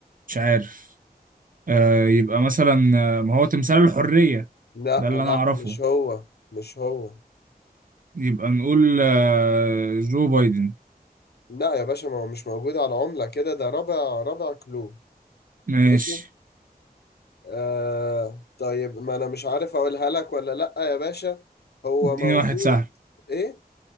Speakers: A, on the right; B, on the left.
A: مش عارف آه يبقى مثلا آه، ما هو تمثال الحرية
B: لا
A: ده اللي
B: لا
A: انا اعرفه
B: مش هو مش هو
A: يبقى نقول آه جو بايدن
B: لا يا باشا ما هو مش موجود على عملة كده ده رابع رابع كلو
A: ماشي
B: ماشي آه طيب ما انا مش عارف اقولها لك ولا لا يا باشا هو
A: اديني
B: موجود
A: واحد سهل
B: ايه